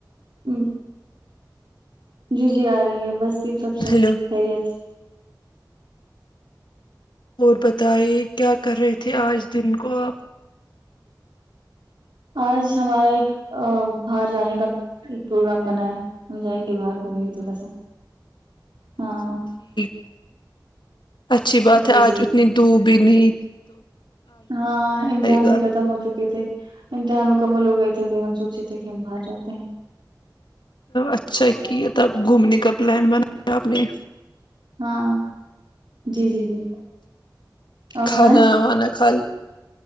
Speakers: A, on the right; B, on the left.
A: ہ <inaudible> جی جی آ رہی ہے بس سب سب
B: ہلو
A: خیریتھ
B: اور بتائیے کیا کر رہے تھے آج دن کو آپ
A: آج ہمارا ایک باہر جانے کا ایک پروگرام بنا ہے ہم جائیں گے باہر میں گھمی تھوڑا سا ہاں
B: جی اچھی بات
A: جی
B: ہے آج
A: جی
B: اتنی
A: جی
B: دوب بنی
A: ہاں امتحان
B: گا
A: بھی ختم ہو چکے تھے امتحان مکمل ہو گئے تھے پھر ہم سوچے تھے کہ ہم بھاگ جاتے ہیں
B: اچھا کی تب گھومنے کا پلان بنایا آپ نے
A: ہاں جی جی جی اور
B: کھانا
A: سنائیں
B: آانا کالی